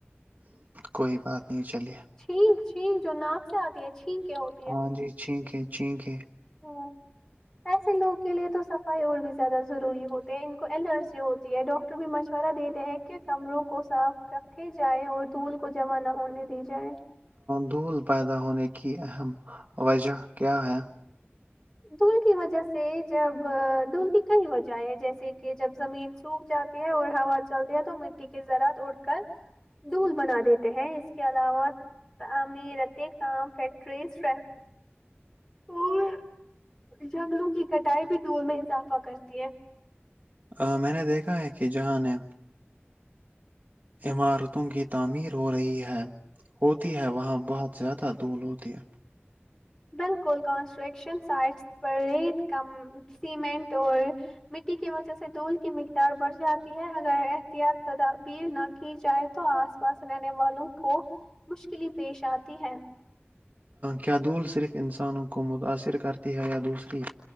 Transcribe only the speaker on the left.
چھینک چھینک جو ناک سے آتی ہے چھین کے ہوتی
ہ ایسے لوگ کے لیے تو سب ائی اور بھی زیادہ ضروری ہوتے ہیں ان کو الرجی ہوتی ہے ڈٹر ڈاکٹر بھی مشورہ دیےتے ہیں کہ کمروں کو صاف رکھے جائے اور دھول کو جمع نہ ہونے دی جائے
دھول کی وجہ سے جب دھول کی کئی وجہ اہ جیسے کہ جب زمین سوکھ جاتی ہے اور ہوا چلتی ہے تو مٹی کے زذراعت اڑ کر دول بنا دیتے ہیں اس کے علاوہ تعمیرت کام فیکٹریزٹ اور جنگلوں کی کٹائی بھی دور میں اضافہ کرتی ہے
بالکل کنسٹرکشن سائٹس پر کم سیمنٹ اور مٹی کی وجہ سے دھول کی مقدار بڑھ جاتی اگر احتیاط تدابیر نہ کی جائے تو آس پاس رہنے والوں کو مشکل پیش آتی ہے